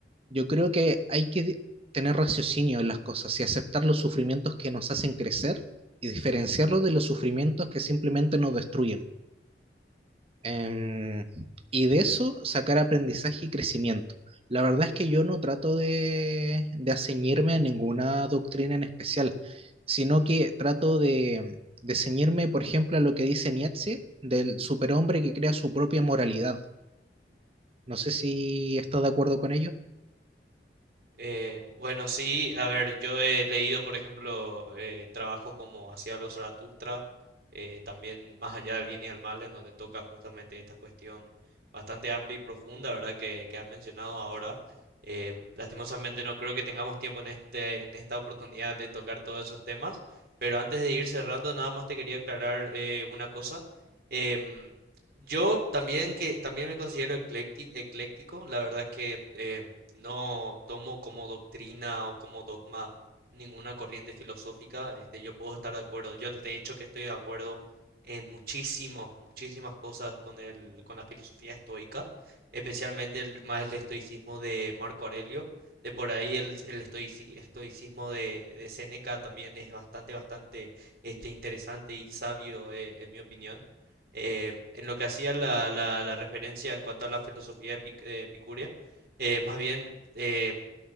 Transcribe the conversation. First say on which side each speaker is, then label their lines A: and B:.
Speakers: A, on the right (about 30°); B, on the right (about 55°).
A: Yo creo que hay que di- tener raciocinio en las cosas y aceptar los sufrimientos que nos hacen crecer y diferenciarlos de los sufrimientos que simplemente nos destruyen. Em, y de eso sacar aprendizaje y crecimiento. La verdad es que yo no trato de, de aceñirme a ninguna doctrina en especial, sino que trato de, de ceñirme, por ejemplo, a lo que dice Nietzsche del superhombre que crea su propia moralidad. No sé si estás de acuerdo con ello.
B: Eh, bueno, sí, a ver, yo he leído, por ejemplo, eh, trabajos como Hacia los Zaratustra, eh, también Más allá del bien y del mal, en donde toca justamente esta cuestión bastante amplia y profunda, ¿verdad? Que, que has mencionado ahora. Eh, lastimosamente no creo que tengamos tiempo en este, en esta oportunidad de tocar todos esos temas, pero antes de ir cerrando, nada más te quería aclarar eh, una cosa. Em, yo también que también me considero eclecti- ecléctico, la verdad que eh, no tomo como doctrina o como dogma ninguna corriente filosófica, este, yo puedo estar de acuerdo, yo de hecho que estoy de acuerdo en muchísimos, muchísimas cosas con el, con la filosofía estoica, especialmente el, más el estoicismo de Marco Aurelio, de por ahí el, el estoici- estoicismo de, de Séneca también es bastante, bastante este, interesante y sabio eh, en mi opinión eh, en lo que hacía la, la- la referencia en cuanto a la filosofía epic- eh, epicurea, eh, más bien eh,